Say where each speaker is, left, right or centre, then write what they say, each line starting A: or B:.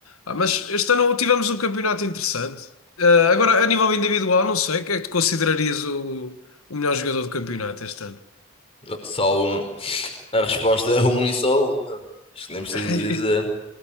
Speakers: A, on the left (about 85°); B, on the left (about 25°).
A: Ah, mas este ano tivemos um campeonato interessante. Ah, agora, a nível individual, não sei, quem é que tu considerarias o, o melhor jogador do campeonato este ano?
B: Só um. A resposta é um e só uma. Acho que nem preciso
A: <laughs>
B: dizer.